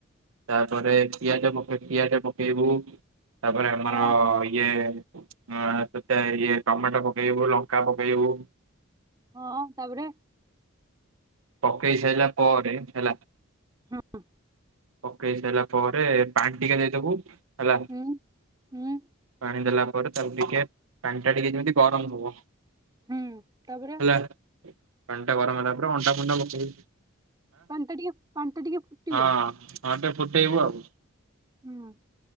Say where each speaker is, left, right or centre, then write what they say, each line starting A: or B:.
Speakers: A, on the right; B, on the right.
A: ତାପରେ ପିଆଜ ମଖେ ପିଆଜ ପକେବୁ। ତାପରେ ଆମର
B: ହଁ
A: ଇଏ <unintelligible> ଇଏ। ଟମାଟୋ ପକେଇବୁ ଲଙ୍କା ପକେଇବୁ।
B: ହଁ ତାପରେ?
A: ପକେଇ ସାରିଲା ପରେ, ହେଲା -
B: ହଁ।
A: ପକେଇ ସାରିଲା ପରେ, ପାଣି ଟିକେ ଦେଇଦବୁ। ହେଲା,
B: ହୁଁ ହୁଁ
A: ପାଣି ଦେଲା ପରେ, ତାକୁ ଟିକେ, ପାଣି ସେଟା ଟିକେ ଯେମିତି ଗରମ ହବ। ହେଲା
B: ହୁଁ ତାପରେ
A: ପାଣିଟା ଗରମ ହେଲାପରେ <inaudible>
B: ପାଣ୍ଟ ଟିକେ ପାଣ୍ଟା ଟିକେ ଫୁଟିବ।
A: ହଁ ହଁ ଟେ ଫୁଟେଇବୁ ଆଉ।
B: ହୁଁ।